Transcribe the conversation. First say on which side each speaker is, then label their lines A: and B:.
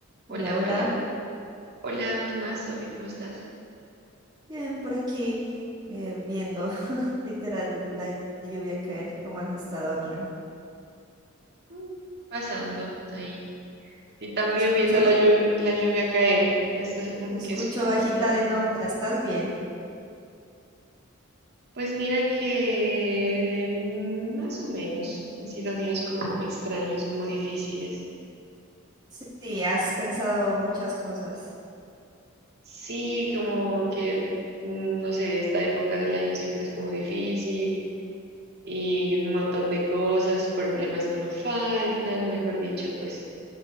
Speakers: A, on the right; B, on the right.
A: Hola,
B: Hola,
A: hola.
B: hola. Hola, ¿qué más, Sofi? ¿Cómo estás?
A: Bien, por aquí eh, viendo <laughs> literal la lluvia caer. ¿Cómo has estado, amiga?
B: Mm, Pasando ahí. Y también
A: Te escucho,
B: viendo la lluvia, la lluvia caer. Esto es como
A: te escucho
B: que es un
A: bajita
B: constante.
A: de nota. ¿Estás bien?
B: Pues mira que mm, más o menos han sido días como extraños, como difíciles.
A: Sí, has pensado muchas cosas.
B: Sí, como que, mm, no sé, esta época del año siempre es como difícil y un montón de cosas, problemas que no faltan, mejor dicho, pues